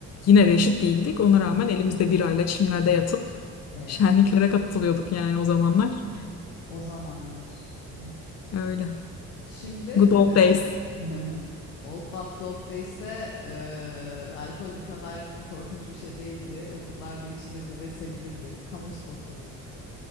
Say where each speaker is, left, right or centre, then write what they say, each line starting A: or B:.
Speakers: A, on the left; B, on the left.
A: yine reşit değildik. Ona rağmen elimizde birayla çimlerde yatıp
B: He,
A: şenliklere katılıyorduk yani o zamanlar.
B: o zamanlar. Evet.
A: Öyle.
B: Şimdi
A: Good old
B: e,
A: days.
B: <laughs> Old But Gold Days'te e, alkol bu kadar korkunç bir şey değildi. Okullarda içilirdi ve sevilirdi. Kamu spotu.